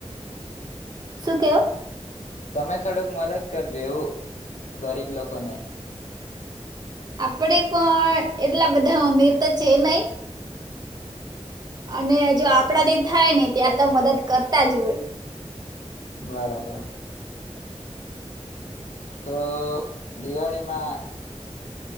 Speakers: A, on the right; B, on the left.
A: શું કેો
B: તમે થોડુંક મદદ કરજો એવું ગરીબ લોકોને
A: આપડે પણ એટલા બધા અમીર તો છે નહ અને જો આપડાથી થાય ને ત્યાં તો મદદ કરતા જ હોય
B: બરાબર તો દિવાળીમાં